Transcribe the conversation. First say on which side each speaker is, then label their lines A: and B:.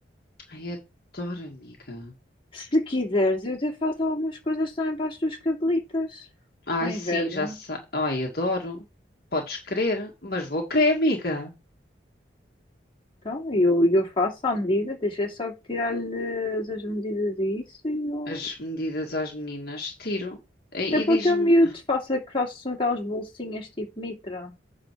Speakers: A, on the left (about 50°); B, on the left (about 25°).
A: Ai, adoro, amiga.
B: Se quiseres, eu até faço algumas coisas também para as tuas cabelitas.
A: Ai,
B: Para o inverno.
A: sim, já sei. Ai, adoro. Podes querer, mas vou querer, amiga.
B: Então, eu, eu faço à medida, deixa eu só tirar-lhe as medidas e isso e eu.
A: As medidas às meninas, tiro. E,
B: Até
A: e
B: para
A: diz-me,
B: o teu miúdo, faça que façam aquelas bolsinhas tipo mitra.